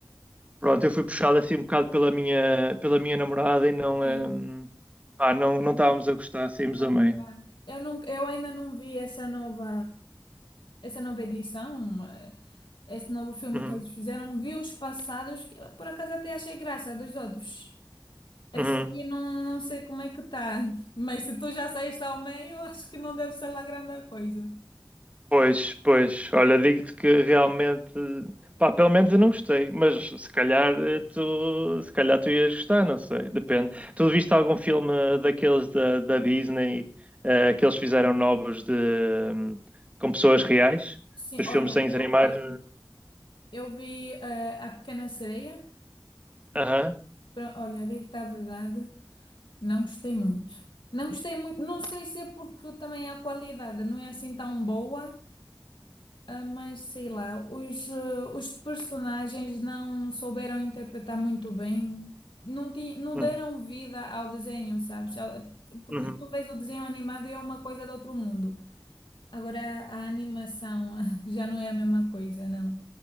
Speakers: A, on the right; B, on the left.
A: Pronto, eu fui puxado assim um bocado pela minha, pela minha namorada e não,
B: Sim.
A: hum, pá, não, não estávamos a gostar, saímos
B: Opa,
A: a meio.
B: eu nunca, eu ainda não vi essa nova, essa nova edição, eh, esse novo filme
A: Uhum,
B: que eles fizeram. Vi os passados, que eu, por acaso até achei graça dos outros. Essa
A: uhum.
B: aqui não, não sei como é que tá, <laughs> mas se tu já saíste ao meio, eu acho que não deve ser lá grande coisa.
A: Pois, pois, olha, digo-te que realmente, pá, pelo menos eu não gostei, mas se calhar eh, tu, se calhar tu ias gostar, não sei, depende. Tu viste algum filme daqueles da, da Disney, eh, que eles fizeram novos de, hum, com pessoas reais?
B: Sim,
A: Os
B: olha,
A: filmes de desenhos
B: eu
A: animados?
B: vi, eu vi eh, A Pequena Sereia.
A: Aham.
B: Pra- Olha, digo-te a verdade, não gostei muito. Não gostei muito, não sei se é porque também a qualidade não é assim tão boa. Ah, mas sei lá, os, eh, os personagens não souberam interpretar muito bem, não, ti, não
A: Uhum,
B: deram vida ao desenho, sabes? Ao- Porque
A: uhum.
B: tu vês o desenho animado e é uma coisa de outro mundo. Agora a animação <laughs> já não é a mesma coisa, não.